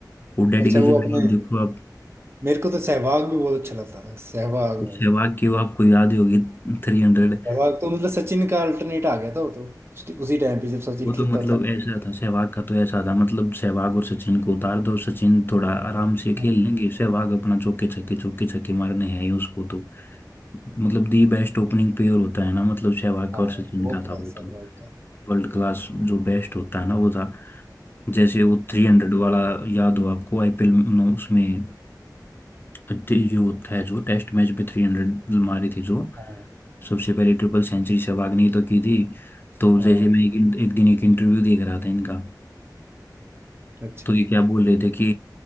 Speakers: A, on the left (about 30°); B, on the right (about 35°).
A: वो डेडिकेशन
B: अच्छा वो अपने
A: लेवल देखो आप
B: मेरे को तो सहवाग भी बहुत अच्छा लगता था सहवाग भाई
A: सहवाग की वो आपको याद ही होगी थ्री हंड्रेड
B: सहवाग तो मतलब सचिन का अल्टरनेट आ गया था वो तो उस- उसी टाइम पे जब सचिन
A: वो तो
B: खेलता
A: मतलब
B: था
A: ऐसा था सहवाग का तो ऐसा था मतलब सहवाग और सचिन को उतार दो सचिन थोड़ा आराम से खेल
B: हाँ
A: लेंगे सहवाग अपना चौके छक्के चौके छक्के मारने हैं ही उसको तो मतलब दी बेस्ट ओपनिंग पेयर होता है ना मतलब सहवाग
B: हाँ
A: और
B: हाँ,
A: सचिन
B: वो
A: का
B: था
A: था वो
B: सहवाग
A: तो
B: का
A: वर्ल्ड क्लास जो बेस्ट होता है ना वो था जैसे वो थ्री हंड्रेड वाला याद हो आपको आईपीएल में उसमें जो होता है जो टेस्ट मैच में थ्री हंड्रेड मारी थी जो
B: हाँ
A: सबसे पहले ट्रिपल सेंचुरी सहवाग ने ही तो की थी तो
B: हाँ
A: जैसे मैं एक, एक दिन एक इंटरव्यू देख रहा था इनका
B: अच्छा
A: तो ये क्या बोल रहे थे कि